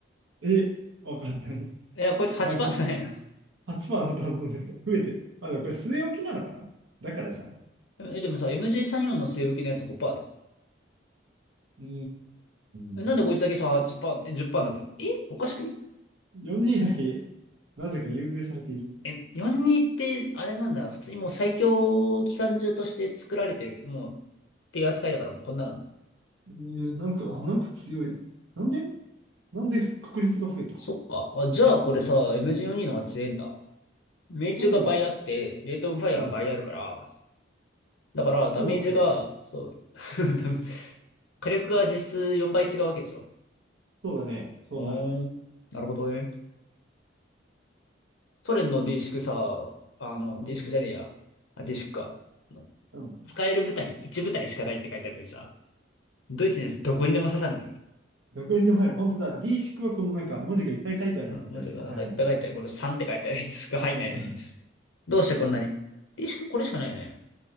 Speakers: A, on the right; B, on the left.
A: え、わかんない。
B: や、こいつ8%
A: なんか
B: じゃないよ。
A: 8%だったはずなんだけど、増えてる。まあでもこれ据え置きなのかなだからじゃない。
B: え、でもさ、MG34 の据え置きのやつ5%だよ。
A: うー
B: えなんでこいつだけさ、
A: ん。
B: 8%、え、10%になってんのえ、おかしくね
A: 42だけ、なぜか優遇されている。
B: え、42って、あれなんだ、普通にもう最強機関銃として作られてる、もう、っていう扱いだからもうこんななんだ。
A: うーん、なんか、
B: ああ、
A: なんか強い。なんでなんで確率が増えた
B: そっか。あ、じゃあこれさ、MG42 の方が強いんだ。命中が倍あって、
A: そ
B: レートオブファイアが倍あるから、
A: う、うん。
B: だから、
A: そうだね。
B: ダメージが、そう、<laughs> ダメ火力が実質4倍違うわけでしょ。
A: そうだね。そうなる。
B: おーん、なるほどね。ソ連の D 宿さ、あの、D
A: うん。
B: 宿じゃねえや。あ、D 宿か。あの
A: うん。
B: 使える部隊、1部隊しかないって書いてあるのにさ、ドイツのやつどこにでも刺さるんだけど。
A: どこにでも入る。本当だ。D 式はこのなんか文字がいっぱい書いてあるみたいしか使えないんだね。
B: まあ、もしくはなんかいっぱい書いてある。この3って書いてあるやつしか入んないのに。
A: うん
B: どうしてこんなに。D 宿これしかないよね。